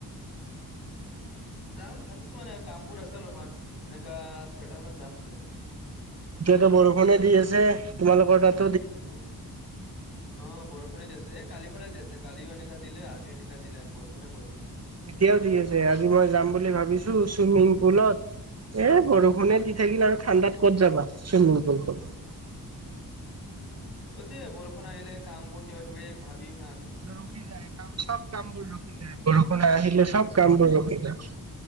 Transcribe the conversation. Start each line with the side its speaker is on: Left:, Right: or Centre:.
Left: উম যাম ভাবিছোঁ মানে কামবোৰ আছে অলপমান এনেকা ছয়টা মানত যাম চাগে।
Right: এতিয়াতো বৰষুণে দি আছে, তোমালোকৰ তাত?
Left: নাই ৰদ। অহ' বৰষুণে দি আছে এই কালিৰ পৰাই দি আছে, কালিও এনেকা দিলে আজি এনেকা দিলে বৰষুণে বৰষুণ।
Right: এতিয়াও দি আছে, আজি মই যাম বুলি ভাবিছোঁ চুইমিং পুলত। এ বৰষুণে দি থাকিল আৰু ঠাণ্ডাত ক'ত যাবা চুইমিং পুলটো।
Left: উম এতিয়া বৰষুণ আহিলে কামবোৰ কিবা কিবি ভাবিম আ।
Right: ৰখি যায়, কাম চব কামবোৰ ৰখি যায় বৰষুণ আহিলে চব কাম বোৰ ৰখি যায়।